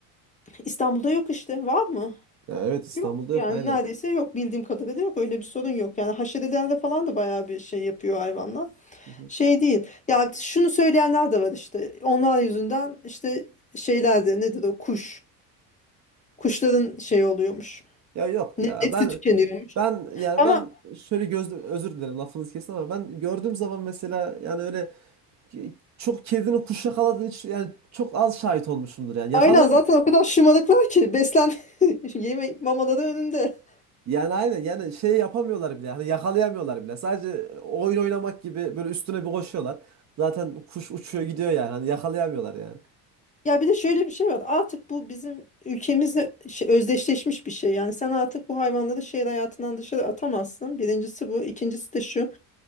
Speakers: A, on the left; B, on the right.
A: İstanbul'da yok işte. Var mı?
B: Ya evet İstanbul'da
A: Yok. Yani
B: yok aynen.
A: neredeyse yok. Bildiğim kadarıyla yok. Öyle bir sorun yok. Yani haşerelerde falan da bayağı bir şey yapıyor hayvanlar.
B: Hı hı.
A: Şey değil. Ya şunu söyleyenler de var işte. Onlar yüzünden işte şeylerde nedir o kuş. Kuşların şey oluyormuş.
B: Ya yok
A: Ne,
B: ya.
A: nesli
B: Ben
A: tükeniyormuş.
B: ben yani
A: Ama
B: ben şöyle gözlü özür dilerim lafınızı kesin ama ben gördüğüm zaman mesela yani öyle ki- çok kedinin kuş yakaladığını hiç yani çok az şahit olmuşumdur yani. Yakalayamıyor.
A: aynen zaten o kadar şımarıklar ki beslen <laughs> yeme mamaları önünde.
B: Yani aynen yani şey yapamıyorlar bile. Hani yakalayamıyorlar bile. Sadece oyun oynamak gibi böyle üstüne bir koşuyorlar. Zaten kuş uçuyor gidiyor yani. Hani yakalayamıyorlar yani.
A: Ya bir de şöyle bir şey var. Artık bu bizim ülkemizle şey- özdeşleşmiş bir şey. Yani sen artık bu hayvanları şehir hayatından dışarı atamazsın. Birincisi bu. İkincisi de şu.